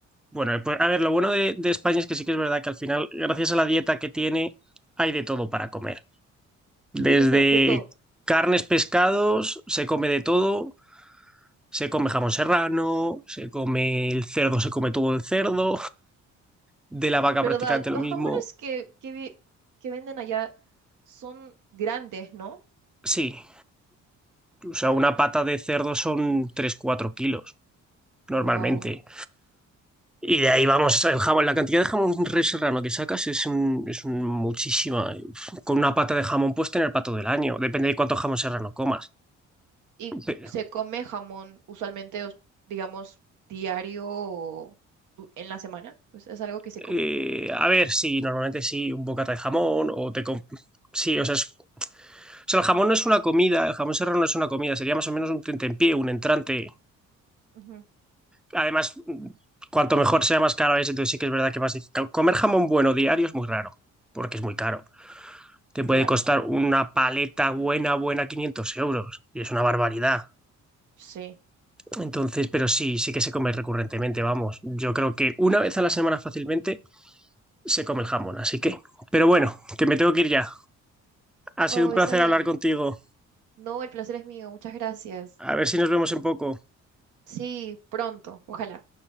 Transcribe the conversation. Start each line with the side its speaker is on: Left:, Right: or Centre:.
Centre: Bueno, pues, a ver, lo bueno de, de España es que sí que es verdad que al final, gracias a la dieta que tiene, hay de todo para comer. Desde
Right: <laughs> de todo.
Centre: carnes, pescados, se come de todo. Se come jamón serrano, se come el cerdo, se come todo el cerdo, de la vaca
Right: ¿Verdad?
Centre: prácticamente
Right: Los
Centre: lo mismo.
Right: jamones que, que, vi- que venden allá son grandes, ¿no?
Centre: Sí, o sea, una pata de cerdo son tres cuatro kilos normalmente.
Right: Wow.
Centre: Y de ahí vamos, el jamón, la cantidad de jamón re serrano que sacas es, un, es un muchísima. Con una pata de jamón puedes tener pato del año, depende de cuánto jamón serrano comas.
Right: y
Centre: Pero,
Right: se come jamón usualmente, os- digamos, diario o du- en la semana. Pues es algo que se
Centre: eh,
Right: come,
Centre: a ver, sí, normalmente sí, un bocata de jamón o te... com- Sí, o sea, es O sea, el jamón no es una comida, el jamón serrano no es una comida, sería más o menos un tentempié, un entrante.
Right: Ujú.
Centre: Además, mm, cuanto mejor sea, más caro es, entonces sí que es verdad que más difícil. Comer jamón bueno diario es muy raro, porque es muy caro. Te puede
Right: claro.
Centre: costar una paleta buena, buena, 500 euros, y es una barbaridad.
Right: Sí.
Centre: Entonces, pero sí, sí que se come recurrentemente, vamos. Yo creo que una vez a la semana fácilmente se come el jamón, así que. Pero bueno, que me tengo que ir ya. Ha
Right: Oh,
Centre: sido un placer
Right: está bien.
Centre: hablar contigo.
Right: No, el placer es mío. Muchas gracias.
Centre: A ver si nos vemos en poco.
Right: Sí, pronto. Ojalá.